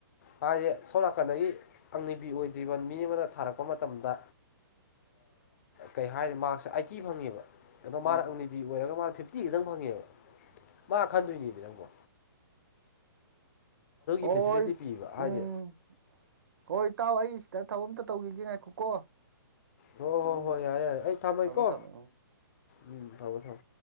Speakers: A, on the left; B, on the right.
A: ꯍꯥꯏꯁꯦ ꯁꯣꯝ ꯅꯥꯀꯟꯗꯒꯤ ꯑꯪꯅꯕꯤ ꯑꯣꯏꯗ꯭ꯔꯤꯕ ꯃꯤ ꯑꯃꯅ ꯊꯥꯔꯛꯄ ꯃꯇꯝꯗ ꯀꯩ ꯍꯥꯏꯔꯦ ꯃꯥꯔꯛꯁ ꯑꯥꯏꯠꯇꯤ ꯐꯪꯉꯦꯕ ꯑꯗꯣ
B: ꯎꯝ
A: ꯃꯥꯅ
B: ꯎꯝ
A: ꯑꯪꯅꯦꯕꯤ ꯑꯣꯏꯔꯒ ꯃꯥꯅ ꯐꯤꯞꯇꯤ ꯈꯤꯇꯪ ꯐꯪꯉꯦꯕ ꯃꯥ ꯈꯟꯗꯣꯏꯅꯦꯕ ꯅꯪꯀꯣ
B: ꯍꯣꯏ
A: ꯐꯦꯁꯤꯂꯤꯇꯤ ꯄꯤꯕ
B: ꯎꯝ
A: ꯍꯥꯏꯗꯤ
B: ꯍꯣꯏ ꯏꯇꯥꯎ ꯑꯩ ꯁꯤꯗ ꯊꯕꯛ ꯑꯃꯝꯇ ꯇꯧꯈꯤꯒꯦ ꯉꯥꯏꯈꯣꯀꯣ
A: ꯍꯣꯏ ꯍꯣꯏ
B: ꯎꯝ
A: ꯍꯣꯏ ꯌꯥꯔꯦ ꯌꯥꯔꯦ ꯑꯩ ꯊꯝꯃꯒꯦꯀꯣ
B: ꯊꯃꯦ ꯊꯃꯦ ꯑ
A: ꯎꯝ ꯊꯕ ꯊꯝ